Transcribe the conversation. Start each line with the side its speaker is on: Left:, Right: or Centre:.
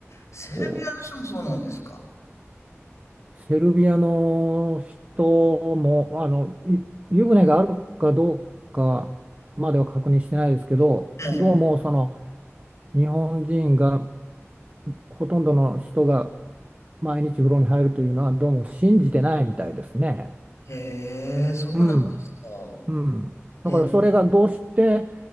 Left: セルビアの人もそうなんですか。
Right: ほう。セルビアの人も、あの、い湯船があるかどうかまでは確認してないですけど、
Left: ええ。
Right: どうもその、日本人がほとんどの人が毎日風呂に入るというのはどうも信じてないみたいですね。
Left: へえ、そうなんですか。
Right: うん、うん。だからそれがどうして
Left: ええ、